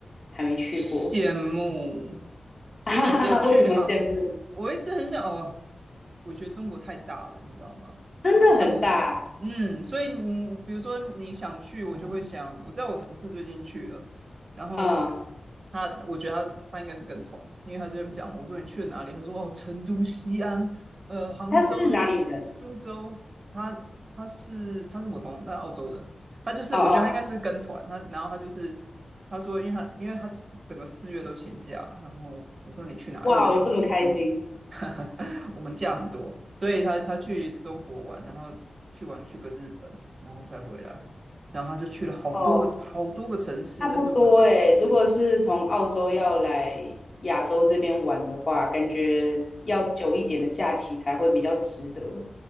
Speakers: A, on the left; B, on the right.
A: 还没去过，
B: 羡慕，
A: <laughs>
B: 所以你只有去杭，
A: 哈哈哈为什么羡慕？
B: 我一直很想哦，我觉得中国太大了，你知道吗？
A: 真的很大，
B: 我像我，嗯，所以你比如说你想去，我就会想，我知道我同事最近去了，然后
A: 嗯，
B: 他，我觉得他他应该是跟团，因为他就在那边讲，我说你去了哪里？他说哦，成都、西安、呃，杭州啊，
A: 他是哪里人？
B: 苏州，他他是他是我同他澳洲的，他就是我觉得他应该是跟团，
A: 哦哦，
B: 他然后他就是他说，因为他因为他整个四月都请假，然后我说你去哪里？
A: 哇嗯我这么开心
B: 他说 <laughs> 我们假很多，所以他他去中国玩，然后去玩去个日本，然后才回来，然后他就去了好多个好多个城市，
A: 哦，差不多诶。
B: 但是我觉得
A: 如果是从澳洲要来亚洲这边玩的话，感觉要久一点的假期才会比较值得。